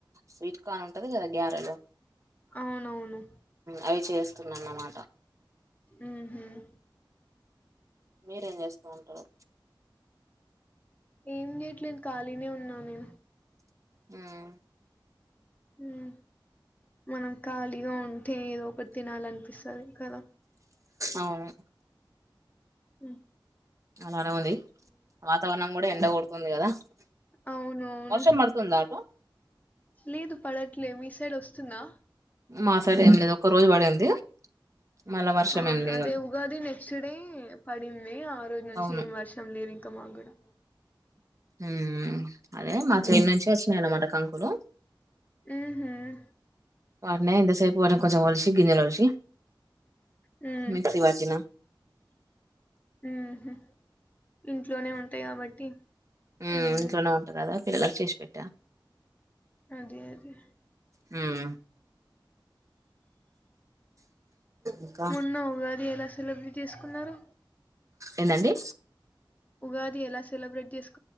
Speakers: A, on the right; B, on the left.
A: స్వీట్ కార్న్ ఉంటది గదా గ్యారెలో
B: అవునవును
A: అవి చేస్తున్నాన్నమా
B: మ్ హ్మ్
A: మీరేం జేస్తూ ఉంటారు
B: ఏం జేయట్లేను ఖాళీనే ఉన్నాను
A: హ్మ్
B: మ్ మనం ఖాళీగా ఉంటే ఏదో ఒకట్ తినాలనిపిస్తది కదా
A: అవును
B: హు
A: అలానే ఉంది వాతావర్ణం కూడా ఎండ కొడుతుంది కదా
B: అవునవును
A: వర్షం పడుతుందా అటు
B: లేదు పడట్లే మీ సైడ్ వస్తుందా
A: మాసైడ్ ఏం లేదు ఒక్క రోజు పడింది మళ్ళా వర్షం
B: అవును
A: ఏం లేదు
B: అదే ఉగాది నెక్స్ట్ డే పడింది ఆ రోజు నుంచి
A: అవును
B: ఏం వర్షం లేదిం తమా గూడా
A: హు అదే మా
B: హ్మ్
A: చేన్ నుంచే వచ్చినయన్మాట కంకులు
B: మ్ హ్మ్
A: వాట్నే ఇంతసేపు అంటే కొంచెం ఒల్సి గింజెలొల్సి
B: హ్మ్
A: మిక్సీ వట్టిన
B: ఉహూ ఇంట్లోనే ఉంటాయి కాబట్టి
A: హు
B: హ్మ్
A: ఇంట్లోనే ఉంట కదా పిల్లలకి చేసి పెట్టా
B: అదే అదే
A: హ్మ్ ఇంకా
B: మొన్న ఉగాది ఎలా సెలబ్రేట్ చేసుకున్నారు
A: ఏందండి
B: ఉగాది ఎలా సెలబ్రేట్ చేస్కు